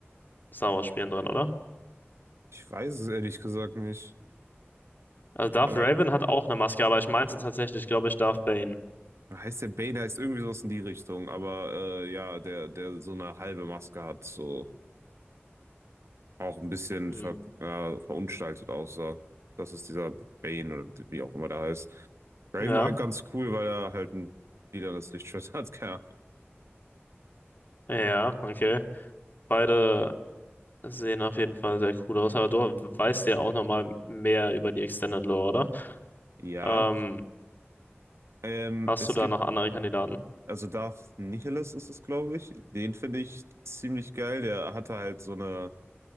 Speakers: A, on the left; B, on the right.
A: Star Wars Spielen drin, oder?
B: Ich weiß es ehrlich gesagt nicht.
A: Also Darth
B: Aber
A: Raven hat auch eine Maske, aber ich meinte tatsächlich, glaube ich, Darth Bane.
B: Heißt der Bane, heißt irgendwie sowas in die Richtung, aber äh, ja, der, der so eine halbe Maske hat, so auch ein bisschen
A: Hm.
B: ver, ja, verunstaltet aussah. Das ist dieser Bane oder wie auch immer der heißt. Raven
A: Ja,
B: war halt ganz cool, weil er halt ein lilanes Lichtschwert hat, <laughs> keine Ahnung.
A: ja, okay. Beide sehen auf jeden Fall sehr cool aus, aber du weißt ja auch nochmal mehr über die Extended Lore, oder?
B: Ja,
A: Ähm,
B: ähm,
A: hast
B: es
A: du da
B: gibt,
A: noch andere Kandidaten?
B: also Darth Nihilus ist es, glaube ich. Den finde ich ziemlich geil. Der hatte halt so eine